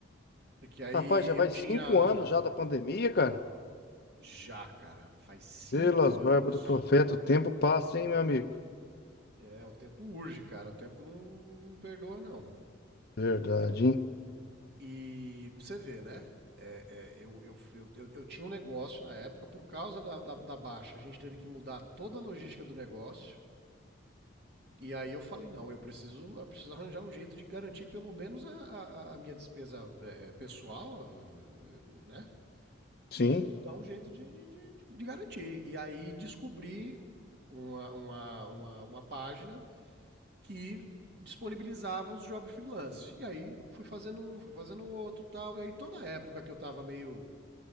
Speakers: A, on the right (about 55°); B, on the left (about 50°).
A: Porque aí
B: Rapaz, já vai
A: eu tinha
B: cinco anos já da pandemia, cara.
A: Já, cara, faz cinco
B: Pelas
A: anos.
B: barbas do profeta, o tempo passa, hein, meu amigo?
A: É, o tempo urge, cara. O tempo não, não perdoa, não.
B: Verdade, hein?
A: E pra você ver, né? É, é, eu, eu, eu, eu, eu tinha um negócio na época, por causa da, da, da baixa, a gente teve que mudar toda a logística do negócio. E aí eu falei, não, eu preciso, eu preciso arranjar um jeito de garantir pelo menos a, a, a minha despesa é, é, pessoal, eh, né?
B: Sim,
A: Preciso dar um jeito de, de, de, de garantir. E aí descobri uma, uma, uma, uma página que disponibilizava os jobs freelance. E aí fui fazendo um, fui fazendo outro e tal. E aí toda a época que eu tava meio,